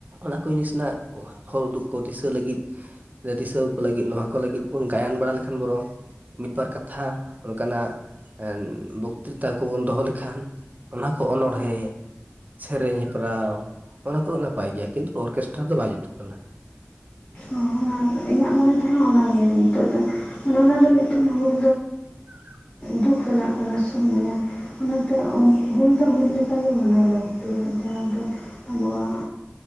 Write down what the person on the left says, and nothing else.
ᱚᱱᱟ ᱤᱧᱟᱹᱜ ᱢᱚᱱᱮᱛᱮ ᱦᱚᱸ ᱚᱱᱟᱜᱮ ᱱᱤᱛᱚᱜ ᱫᱚ ᱢᱟᱱᱮ ᱚᱱᱟ ᱫᱚ ᱢᱤᱫᱴᱤᱱ ᱦᱳᱞ
ᱫᱩᱠ ᱨᱮᱱᱟᱜ ᱠᱟᱱᱟ ᱥᱩ ᱢᱟᱱᱮᱼᱼ ᱚᱱᱟᱛᱮ ᱦᱩᱞ ᱫᱚ ᱦᱩᱞ ᱞᱮᱠᱟᱜᱮ ᱢᱟᱱᱟᱣ ᱞᱟᱹᱠᱛᱤᱭᱟ ᱡᱟᱦᱟᱸ ᱫᱚ ᱟᱵᱚᱣᱟᱜ